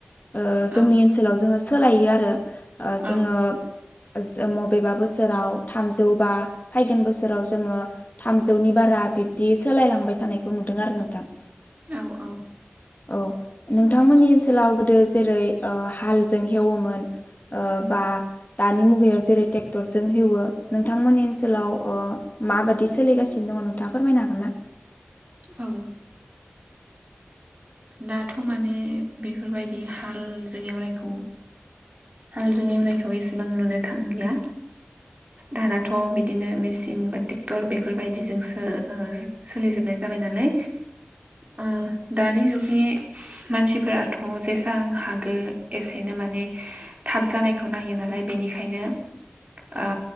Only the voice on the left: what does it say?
ओ
जोंनि ओनसोलाव जोङो सोलायो आरो जोङो
मबेबा बोसोराव थामजौ बा फैगोन बोसोराव जोङो थामजौनि बारा बिब्दि सोलायलांबाय थानायखौ नुदों आरो नोंथां
औ नोंथांमोननि ओनसोलाव गोदो जेरै ओ हालजों हेवोमोन ओ बा दानि मुगायाव जेरै ट्रेक्टर जों हेउवो नोंथांमोननि ओनसोलाव ओ माबादि सोलिगासिनो दङ नोंथाङा फोरमायनो हागोन ना